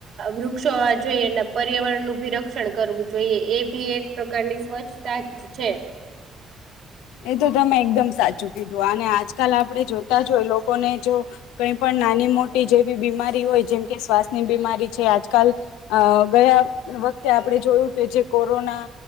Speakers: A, on the right (about 65°); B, on the left (about 80°).
A: વૃક્ષ હોવા જોઈએ. પર્યાવરણનું ભી રક્ષણ કરવું જોઈએ. એ બી એક પ્રકારની સ્વચ્છતા જ છે.
B: એ તો તમે એકદમ સાચું કીધું, અને આજકાલ આપણે જોતા જોય, લોકોને જો કઈ પણ નાની-મોટી જેવી બીમારી હોય, જેમ કે શ્વાસની બીમારી છે, આજકાલ અ, ગયા વખતે આપણે જોયું કે, જે કોરોના